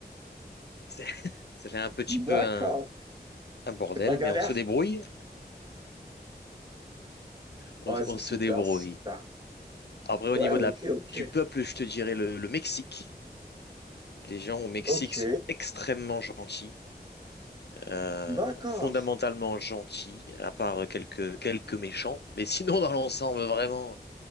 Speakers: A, on the left; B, on the right.
A: C'est- <laughs> Ça fait un petit peu
B: D'accord.
A: un, un bordel,
B: C'est pas galère?
A: mais on se débrouille. On,
B: Ouais, c'est
A: on se
B: super,
A: débrouille.
B: c'est super.
A: Après, au
B: Ouais,
A: niveau
B: ok,
A: de la,
B: ok.
A: du peuple, je te dirais le, le Mexique. Les gens au Mexique
B: Ok,
A: sont extrêmement gentils, euh,
B: d'accord.
A: fondamentalement gentils, à part quelques, quelques méchants. Mais sinon, dans l'ensemble, vraiment,